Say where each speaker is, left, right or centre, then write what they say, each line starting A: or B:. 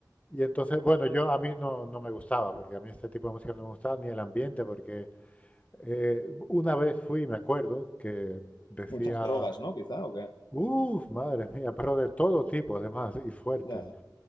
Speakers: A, on the left (about 20°); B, on the left (about 75°).
A: Y entonces, bueno, yo a mí no, no me gustaba, porque a mí este tipo de música no me gustaba, ni el ambiente, porque eh, una vez fui, me acuerdo, que decía
B: Muchas drogas, ¿no? Quizá, ¿o qué?
A: Uf, madre mía, pero de todo tipo además y fuertes.
B: Ya.